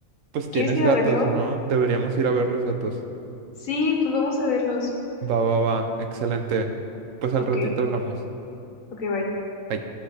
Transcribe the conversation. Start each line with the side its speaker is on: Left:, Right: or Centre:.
Right: Pues
Left: ¿Quieres
Right: tienes
Left: ir
Right: gatos,
Left: a verlo?
Right: ¿no? Deberíamos ir a ver los gatos.
Left: Sí, pues vamos a verlos.
Right: Va, va, va, excelente. Pues
Left: Ok,
Right: al ratito hablamos.
Left: ok, bye.
Right: Bye.